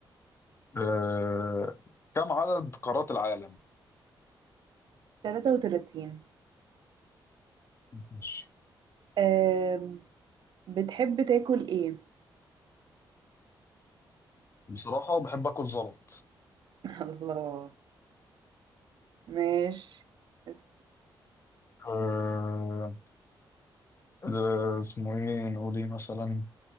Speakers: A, on the left; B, on the right.
A: آه... كم عدد قارات العالم؟
B: 33
A: ماشي
B: أم... بتحب تاكل ايه؟
A: بصراحة بحب اكل زلط
B: <laughs> الله ماشي بس
A: آه... ده اسمه ايه نقول ايه مثلا